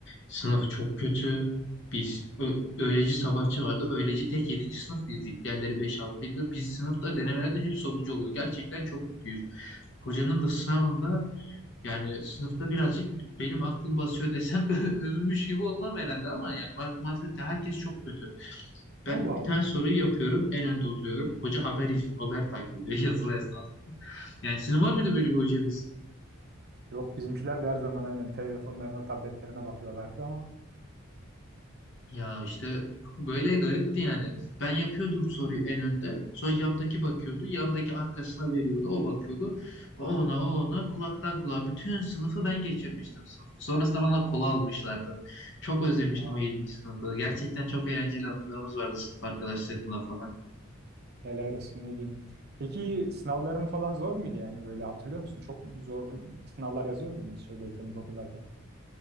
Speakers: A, on the left (about 60°); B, on the right (about 50°).
A: Sınıf çok kötü. Biz ö- öğleci sabahçı vardı. Öğleci tek yedinci sınıf bizdik. Diğerleri beş altıydı. Biz sınıfta denemelerde hep sonuncu oluyor. Gerçekten çok kötüyüz. Hocanın da sınavında yani sınıfta birazcık benim aklım basıyor desem <laughs> övünmüş gibi olmam herhalde ama yani matematikte herkes çok kötü. Ben
B: Allah
A: bir
B: Allah.
A: tane soruyu yapıyorum, en önde oturuyorum. Hoca haber iz- haber takip ediyor <laughs> yazılı esnasında. Yani sizin var mıydı böyle bir hocanız?
B: Yok bizimkiler de her zaman aynen telefonlarına, tabletlerine bakıyorlardı ama
A: Ya işte böyle garipti yani. Ben yapıyordum soruyu en önde. Sonra yandaki bakıyordu. Yandaki arkasına veriyordu. O bakıyordu. O ona o ona kulaktan kulağa bütün sınıfı ben geçirmiştim sınıfı. Sonrasında bana kola almışlardı. Çok özlemiştim
B: ya,
A: o yedinci sınıfı. Gerçekten çok eğlenceli anılarımız vardı sınıf arkadaşlarımla falan.
B: helal olsun ne diyeyim. Peki sınavların falan zor muydu yani böyle hatırlıyor musun? Çok zor sınavlar yazıyor muydunuz şeydeyken, ilkokuldayken?